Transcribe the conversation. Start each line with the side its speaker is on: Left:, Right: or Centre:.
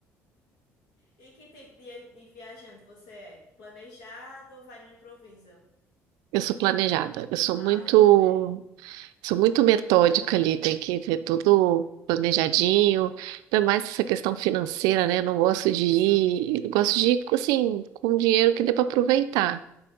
Left: E que tipo de, de viajante você é? Planejado ou vai no improviso?
Right: Eu sou planejada, eu sou
Left: Ah,
Right: muito,
Left: eu também.
Right: sou muito metódica ali, tem que ter tudo planejadinho, ainda mais essa questão financeira, né? Eu não gosto
Left: Isso,
Right: de ir, eu gosto de ir, assim, com dinheiro que dê para aproveitar.